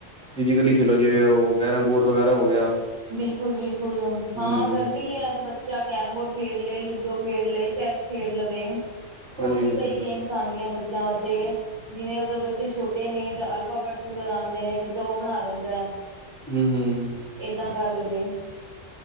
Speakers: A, in the centre; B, on the right (about 60°).
A: ਫਿਜ਼ਕਲੀ ਖੇਲੋ ਜਿਵੇਂ ਉਹ ਕੈਰਮ ਬੋਰਡ ਵਗੈਰਾ ਹੋ ਗਿਆ
B: ਬਿਲਕੁਲ ਬਿਲਕੁਲ
A: ਹੂੰ
B: ਹਾਂ ਗਰਮੀ ਹੈ ਤੇ ਜਾਂ ਕੈਰਮ ਬੋਰਡ ਖੇਡ ਲਏ ਲੁਡੋ ਖੇਡ ਲਏ ਚੈਸ ਖੇਡ ਲਵੇ ਹੋਰ
A: ਹਾਂਜੀ
B: ਵੀ
A: ਹਾਂਜੀ
B: ਕਈ ਗੇਮਸ ਆਦੀਆਂ ਬੱਚਿਆਂ ਵਾਸਤੇ ਜਿਵੇਂ ਅਗਰ ਬੱਚੇ ਛੋਟੇ ਨੇ ਤਾਂ ਅਲਫਾਾਬੈਟਸ ਵਗੈਰਾ ਆਂਦੇ ਨੇ ਬੱਚਾ ਉਹ ਬਣਾ ਲੈਂਦਾ ਹੈ
A: ਹਮ ਹਮ
B: ਏਦਾਂ ਕਰ ਲਵੇ